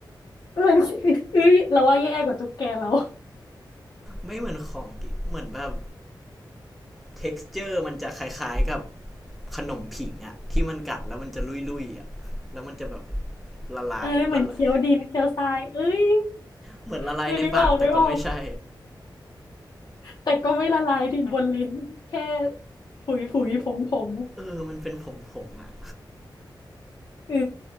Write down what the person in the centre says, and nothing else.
ไม่เหมือนของกินเหมือนแบบ เท็กซเจอร์มันจะคล้ายๆกับขนมผิงอะที่มันกัดแล้วมันจะลุยๆอะแล้วมันจะแบบ
ละลายละลาย
เหมือนละลายในปากแต่ก็ไม่ใช่
เออมันเป็นผงๆอะ